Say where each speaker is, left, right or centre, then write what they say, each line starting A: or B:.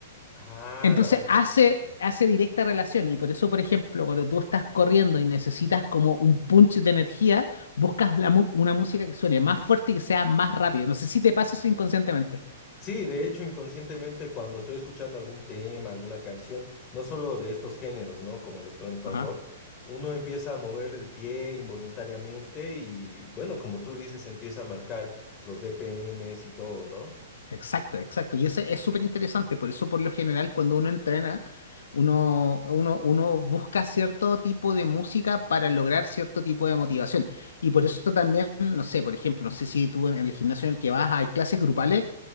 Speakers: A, on the left; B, on the left.
A: Ah,
B: Entonces
A: la vaina.
B: hace, hace directa relación y por eso, por ejemplo, cuando tú estás corriendo y necesitas como un punch de energía, buscas la mu- una música que suene más fuerte y que sea más rápido. No sé si te pasa eso inconscientemente.
A: Sí, de hecho, inconscientemente cuando estoy escuchando algún tema, alguna canción, no solo de estos géneros, ¿no? Como electrónica
B: Ajá.
A: o rock, uno empieza a mover el pie involuntariamente y, bueno, como tú dices, empieza a marcar los BPMs y todo, ¿no?
B: Exacto, exacto. Y ese es súper interesante. Por eso, por lo general, cuando uno entrena, uno, uno, uno busca cierto tipo de música para lograr cierto tipo de motivación. Y por eso también, no sé, por ejemplo, no sé si tú en en el gimnasio en el que vas hay clases grupales,